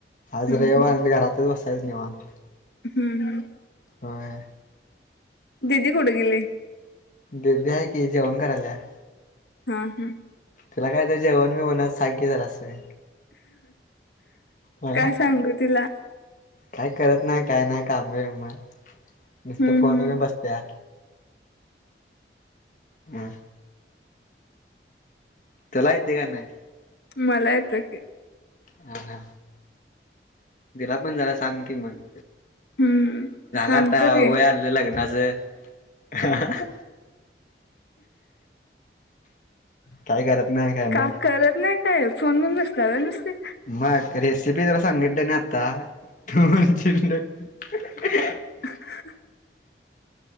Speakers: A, on the left; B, on the left.
A: आज
B: हम्म
A: रविवार
B: हम्म
A: घरातच बसायच निवांत.
B: हम्म हम्म.
A: होय.
B: दिदी कुठं गेली?
A: दीदी हाय की जेवण कराल्या.
B: हा हा.
A: तिला काय तर जेवणबिवणाच सांग की जरासं. अं
B: काय सांगू तिला.
A: काय करत नाही काय नाही कामं बिमं,, नुसतं
B: हम्म
A: फोन
B: हम्म
A: घिऊन बसत्या. हम्म. त्याला येतय का नाय.?
B: मला येतय की.
A: हा हा, तिला पण जरा सांग की मग.
B: हम्म
A: झालं
B: सांगतो
A: आता,
B: की
A: वय आलं लग्नाचं. हाहाहा. काय करत नाही काय
B: का
A: नाही.
B: करत नाही काय फोन घिऊन बसत्या वय नुसती.
A: मग रेसिपी तेला सांगितलं नाही आता,, तू म्हणशील <inaudible>
B: <inaudible>